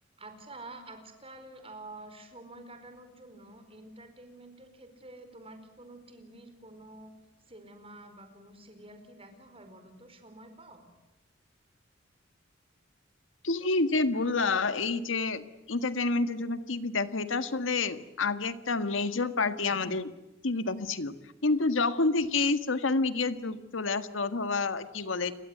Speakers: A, on the right; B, on the left.
A: আচ্ছা আজকাল আহ সময় কাটানোর জন্য এন্টারটেইনমেন্টের ক্ষেত্রে তোমার কি কোনো টিভির কোনো সিনেমা বা কোনো সিরিয়াল কি দেখা হয় বলো তো সময় পাও
B: কি যে বললা এই যে এন্টারটেনমেন্টের জন্য টিভি দেখা এটা আসলে আগে একটা মেজর পার্টি আমাদের টিভি দেখা ছিল কিন্তু যখন থেকে সোশ্যাল মিডিয়ার যুগ চলে আসলো অথবা কি বলে